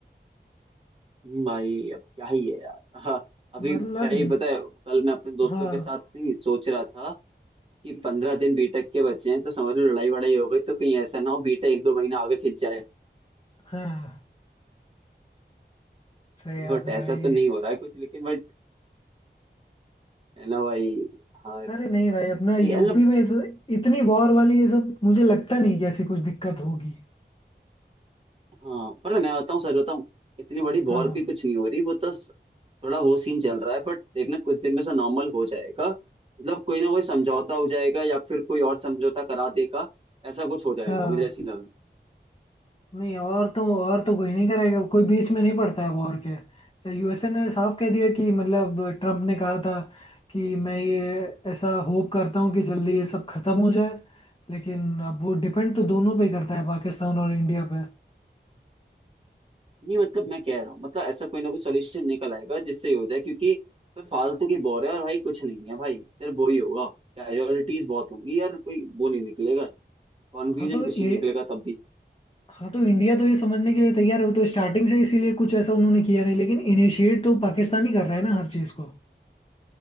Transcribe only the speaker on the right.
हम्म, भाई अब क्या ही है यार हाँ, अभी
भाई पता है कल मैं अपने दोस्तों
के साथ नहीं सोच रहा था कि पंद्रह दिन बीटेक के बच्चे हैं तो समझ लो लड़ाई वड़ाई हो गई तो कहीं ऐसा ना हो बीटेक एक दो महीना आगे खिंच जाए
बट
ऐसा
तो नहीं हो रहा है कुछ लेकिन बट है ना भाई हाँ
तो
ये- मतलब
हाँ पर मैं बताऊँ सच बताऊँ इतनी बड़ी वॉर
भी कुछ नहीं हो रही वो तो स- थोड़ा वो सीन चल रहा है बट देखना कुछ दिन में से नॉर्मल हो जाएगा मतलब कोई ना कोई समझौता हो जाएगा या फिर कोई और समझौता करा देगा ऐसा कुछ हो जाएगा
मुझे ऐसी लग रहा है
नहीं मतलब मैं कह रहा हूँ मतलब ऐसा कोई ना कोई सोल्यूशन निकल आएगा जिससे ये हो जाए क्योंकि तो फालतू की वॉर है और भाई कुछ नहीं है भाई सिर्फ वो ही होगा कैजुअलिटीज बहुत होंगी यार कोई वो नहीं निकलेगा कॉन्फ्यूजन
कुछ
नहीं निकलेगा तब भी